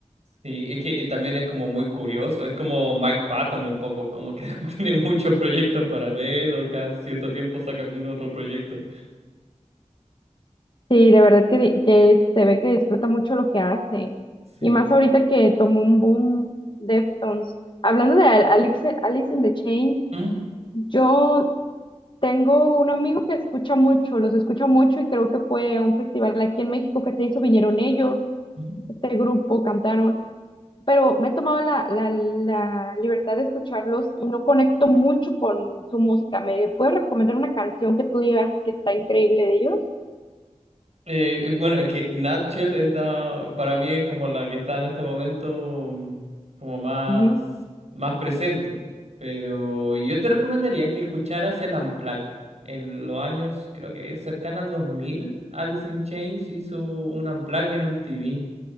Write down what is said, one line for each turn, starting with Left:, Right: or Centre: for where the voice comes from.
Right: Sí, es que y también es como muy curioso, es como Mike Patton un poco, como que <laughs> tiene muchos proyectos paralelos, cada cierto tiempo saca algún otro proyecto.
Left: Sí, de verdad que, di- que se ve que disfruta mucho lo que hace.
Right: Sí.
Left: Y más ahorita que tomó un boom Deftones. Hablando de Al- Alice, Alice in the Chains,
Right: Mm,
Left: yo tengo un amigo que escucha mucho, los escucha mucho y creo que fue a un festival aquí en México que se hizo, vinieron ellos,
Right: mm.
Left: este grupo, cantaron. pero me he tomado la, la- la libertad de escucharlos y no conecto mucho con su música. ¿Me puedes recomendar una canción que tú digas que está increíble de ellos?
Right: Eh, bueno, es que Natchel está, para mí es como la que está en este momento mm, como más,
Left: Ujú.
Right: más presente, pero yo te recomendaría que escucharas el Unplugged. En los años, creo que cercano al 2000, Alice in Chains hizo un Unplugged en MTV.